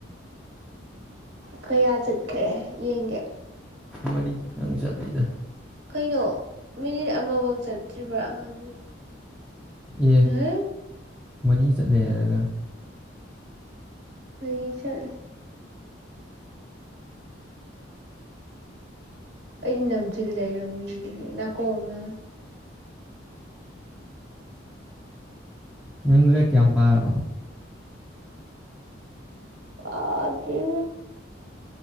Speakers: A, on the right (about 60°); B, in the centre.
A: ꯀꯌꯥ ꯀꯛꯑ ꯌꯦꯡꯒꯦ
B: ꯃꯔꯤꯇꯪ ꯆꯠꯂꯤꯗ
A: ꯀꯩꯅꯣ ꯃꯤꯅꯤꯠ ꯑꯃꯕꯧ ꯆꯠꯇ꯭ꯔꯤꯕ꯭ꯔꯥ ꯈꯪꯗꯦ
B: ꯑꯦ
A: ꯍꯥ
B: ꯃꯔꯤ ꯆꯠꯂꯦ ꯍꯥꯏꯔꯒ
A: ꯃ <unintelligible> ꯆꯠꯂꯦ ꯑꯩ ꯅꯥꯟꯖꯤꯟ ꯂꯩꯔꯝꯃꯤ ꯅꯥꯀꯣꯡꯅ
B: ꯅꯪ ꯂꯥꯏꯔꯤꯛ ꯀꯌꯥꯝ ꯄꯥꯔꯕ
A: ꯑꯗꯨ